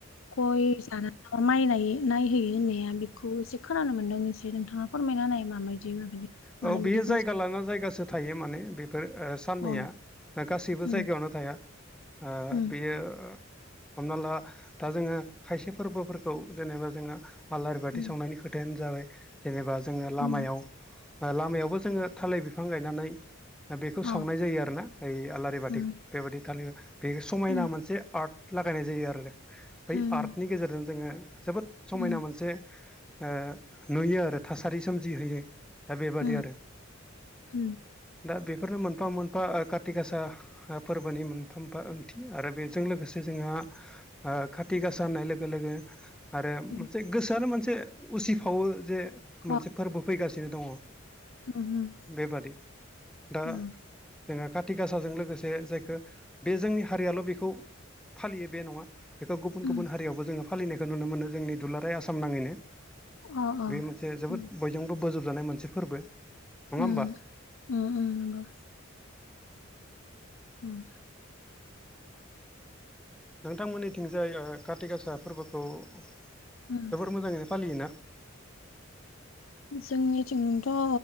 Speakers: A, on the left; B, in the centre.
A: गय <unintelligible> नायनाय नायहैयो होननाया बेखौ एसे खोनानो मोनदों एसे नोंथाङा फोरमायना होनाय माबायदि मानो
B: बेयो
A: बिदि <inaudible>
B: जायगा जायगासो थायो माने बेफोर ओ सो साननैया
A: औ
B: गासैबो
A: उम
B: जायगायावनो थाया ओ
A: उम
B: बेयो ओ हमना ला दा जोङो खायसे फोरबोफोरखौ जेनेबा जोंना आलारि बाथि
A: उम
B: सावनायनि खोथायानो जाबाय जेनेबा जोङो लामायाव
A: उम
B: ओ लामायावबो जोङो थालिर बिफां गायनानै ओ बेखौ
A: अ
B: सावनाय जायो आरो ना ओइ आलारि बाथि।
A: उम
B: बेबायादि थालिर बे समायना
A: उम
B: मोनसे आर्ट लागायनाय जायो आरोे दे। बै
A: उम
B: आर्टनि गेजेरजों जोङो जोबोद समायना
A: उम
B: मोनसे ओ नुयो आरो थासारि सोमजिहोयो दा बेबादि
A: उम
B: आरो।
A: उम
B: दा बेफोरनो मोनफा मोनफा ओ कारति गासा ओ फोरबोनि मोनफा मोनफा ओंथि आरो बे जों लोगोसे जोंहा ओ काथिगासा होननाय लोगो लोगो आरो
A: उम
B: मोनसे गोसोआनो मोनसे उसिफावो जे मोनसे
A: अ
B: फोरबो फैगासिनो दङ।
A: उम उम
B: बेबादि दा
A: उम
B: जोङो काथि गासाजों लोगोसे जायखौ बे जोंनि हारियाल' बेखौ फालियो बे नङा। बेखौ गुबुन
A: उम
B: गुबुन हारियावबो जोङो फालिनायखौ नुनो मोनो जोंनि दुलाराय आसाम नाङै नो।
A: अ अ
B: बे मोनसे जोबोद
A: उम
B: बयजोंबो बोजबजानाय मोनसे फोरबो। नङा
A: उम
B: होमबा?
A: उम उम नंगौ उम।
B: नोंथांमोननिथिंजाय ओ कारति गासा फोरबोखौ जोबोर
A: उम
B: मोजाङै नो फालियो ना?
A: जोंनिथिंथ' अ